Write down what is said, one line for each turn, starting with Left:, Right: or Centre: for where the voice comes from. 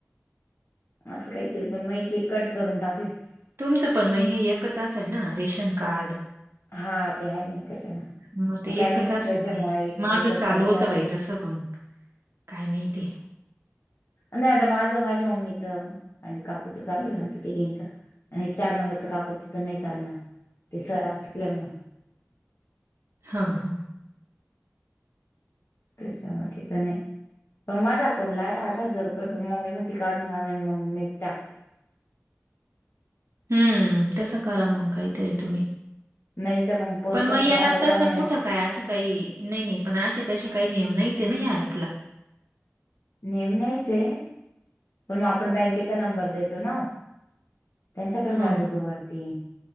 Left: असं काहीतरी पण मग एक एक कट करून टाकले
Right: तुमचं पण मै
Left: हं.
Right: हे एकच असेल ना रेशन कार्ड
Left: हा ते आहे नाही त्याच्याना
Right: मग ते
Left: काय
Right: एकच
Left: माहिती
Right: असी
Left: त्याच्यामुळे एकटीच
Right: माग चालू
Left: कट
Right: होतं
Left: झालं
Right: बाहि तस मग काय माहिती
Left: नाही आता माझं माझ्या मम्मीचं आणि काकूचं चालू आहे आमचं तिघींचं आणि चार नंबरच काकूच तर नाही चालणार ते सर असल्यामु
Right: हा हा
Left: तच्या मचं नाही पण माझ्या अकाउंट ला आहे आठ हजार रुपये पण मम्मी मग ती काढून आण मग मी टाकते.
Right: हम्म. तसं करा मग काहीतरी तुम्ही.
Left: नाही तर मग पोस्टाचं
Right: पण मग याला
Left: खातं
Right: तसं
Left: पण आहे
Right: कुठं काय असं काही? नाही नाही पण असे तसे काही नियम नाहीचे हेना या ॲपला.
Left: नेम नाहीच आहे, पण मग आपण बँकेचा नंबर देतो ना ओ. त्यांच्याकडे
Right: हां,
Left: जात होतो वरती